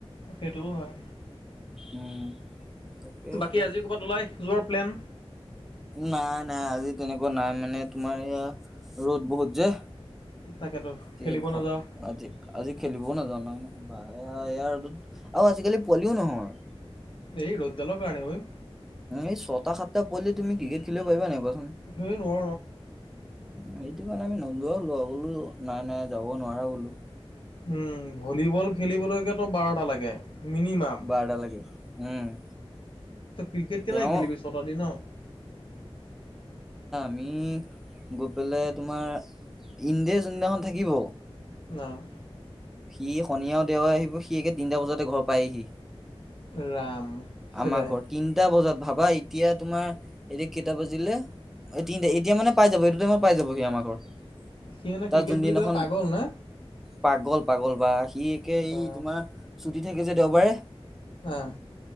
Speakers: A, on the left; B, in the centre.
A: সেইটো হয়।
B: উম তাকে এতিয়া
A: বাকী আজি ক'ৰবাত ওলাই যোৱাৰ প্লেন।
B: নাই নাই আজি তেনেকুৱা নাই মানে তোমাৰ ইয়া ৰ'দ বহুত যে।
A: তাকেতো খেলিব
B: আজি ঘ
A: নাযাওঁ।
B: আজি আজি খেলিবও নাজানো ন নয়, ইয়াৰ ৰ'দত আৰু আজিকালি পোৱালিও নহয়।
A: এই ৰ'দদালৰ কাৰণে ঐ।
B: এই ছটা সাতটা পোৱালীয়ে তমি ক্ৰিকেট খেলিব পাৰিবা নি কোৱা
A: হেইন ৰ
B: সেইটো কাৰণে আমি নোযোৱা হ'লো বোলো নাই নাই যাব নোৱাৰা বোলো।
A: উম ভলীবল খেলিবলৈকেতো বাৰটা লাগে। মিনিমাম।
B: বাৰটা লাগে উম।
A: তই ক্ৰিকেট কেনেকে
B: তেওঁ
A: খেলিবি ছটা দিন আৰু
B: তুমি গৈ পেলাই তোমাৰ ইণ্ডিয়ে যোনদিনাখন থাকিব
A: ন'।
B: সি শণী আৰু দেও আহিব সি একে তিনিটা বজাতে ঘৰ পায়হি।
A: ৰাম। খেলে
B: আমাৰ ঘৰ তিনটা বজাত ভাবা এতিয়া তোমাৰ এতিয়া কেইটা বাজিলে তি এতিয়া মানে পাই যাব এইটো টাইমত পাই যাবহি আমাৰ ঘৰ।
A: সি মানে
B: তাৰ
A: ক্ৰিকেট
B: যোনদিনাখন
A: বুলি ক'লে পাগল না।
B: পাগল পাগল বা সি একে
A: বা
B: এই তোমাৰ ছুটি থাকে যে দেওবাৰে
A: আহ।